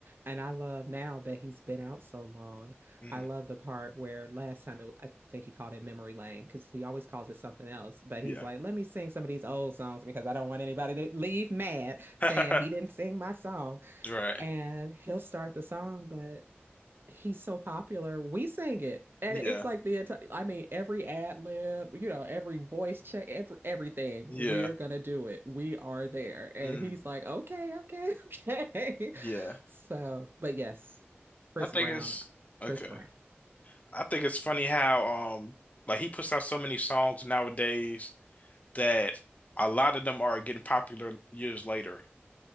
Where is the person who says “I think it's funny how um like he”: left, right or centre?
Left